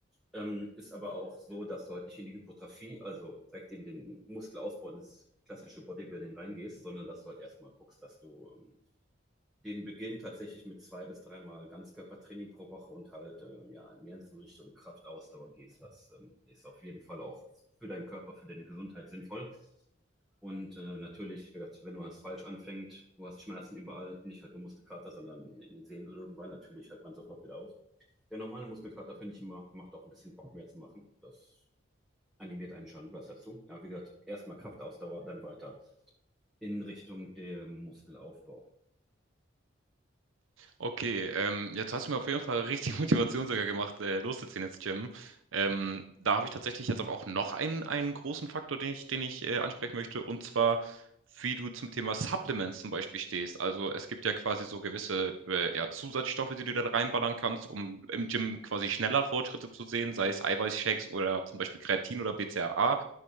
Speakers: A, in the centre; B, on the right.
A: Ähm, ist aber auch so, dass du halt nicht in die Hypertrophie also direkt in den Muskelausbau ins klassische Bodybuilding reingehst, sondern dass du halt erstmal guckst, dass du ähm, den Beginn tatsächlich mit zwei bis dreimal Ganzkörpertraining pro Woche und halt äh, ja mehr in so Richtung Kraftausdauer gehst. Das ähm, ist auf jeden Fall auch für deinen Körper, für deine Gesundheit sinnvoll. Und äh, natürlich, wie gesagt, wenn du als falsch anfängst, du hast Schmerzen überall, nicht halt nur Muskelkater, sondern in den Sehnen irgendwann, natürlich hört man sofort wieder auf. Der normale Muskelkater, finde ich immer, macht auch ein bisschen Bock mehr zu machen. Das animiert einen schon was dazu. Ja, wie gesagt, erstmal Kraftausdauer, dann weiter in Richtung dem Muskelaufbau.
B: Okay, ähm, jetzt hast du mir auf jeden Fall richtig <laughs> Motivation sogar gemacht, äh, loszuziehen ins Gym. Ähm, da habe ich tatsächlich jetzt aber auch noch einen, einen großen Faktor, den ich, den ich äh, ansprechen möchte, und zwar, wie du zum Thema Supplements zum Beispiel stehst. Also es gibt ja quasi so gewisse äh, ja, Zusatzstoffe, die du da reinballern kannst, um im Gym quasi schneller Fortschritte zu sehen, sei es Eiweißshakes oder zum Beispiel Kreatin oder BCAA.